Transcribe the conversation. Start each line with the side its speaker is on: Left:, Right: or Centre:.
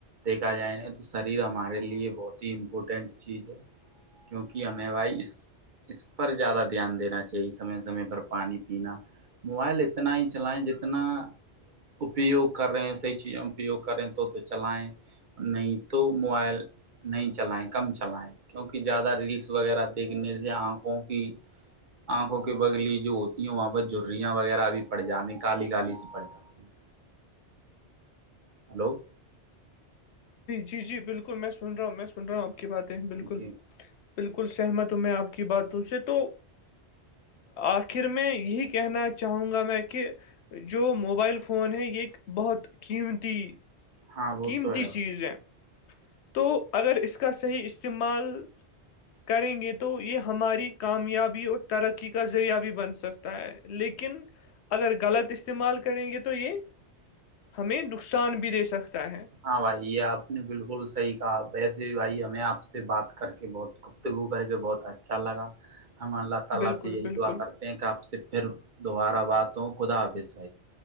Right: دیکھا جائے گا تو شریر ہمارے لیے بہت ہی امپورٹینٹ چیز ہے کیونکہ ہمیں بائی اس اس پر زیادہ دھیان دینا چاہیے سمے سمے پر پانی پینا موبائل اتنا ہی چلائیں جتنا اپیوگ کر رہے ہیں صحیح چیز اپیوگ کر رہے ہیں تو تو چلائیں نہیں تو موبائل نہیں چلائیں کم چلائیں کیونکہ زیادہ ریلس وغیرہ دیکھنے سے آنکھوں کی آنکھوں کی بگلی جو ہوتی ہے وہاں پر جریاں وغیرہ بھی پڑ جاتی کالی کالی سی پڑ جاتی <inaudible> ہلو
Left: جی جی بالکل میں سن رہا ہوں میں سن رہا ہوں آپ کی باتیں بالکل
Right: جی
Left: بالکل سہمت ہوں میں آپ کی باتوں سے تو آخر میں یہی کہنا چاہوں گا میں کہ جو موبائل فون ہے یہ ایک بہت قیمتی
Right: ہاں وہ
Left: قیمتی
Right: تو ہے بھائی
Left: چیزیں تو اگر اس کا صحیح استعمال کریں گے تو یہ ہماری کامیابی اور ترقی کا ذریعہ بھی بن سک ہے لیکن اگر غلط استعمال کریں گے تو یہ ہمیں نقصان بھی دے سکتا ہے
Right: ہاں بھائی یہ آپ نے بالکل صحیح کہا ویسے ہی بھائی ہمیں آپ سے بات کر کے بہت گفتگو کر کے بہت اچھا لگا ہم اللہ
Left: بالکل
Right: یہی
Left: بالکل
Right: دعا کرتے ہیں کہ اپ سے پھر دوبارہ بات ہوں خدا حافظ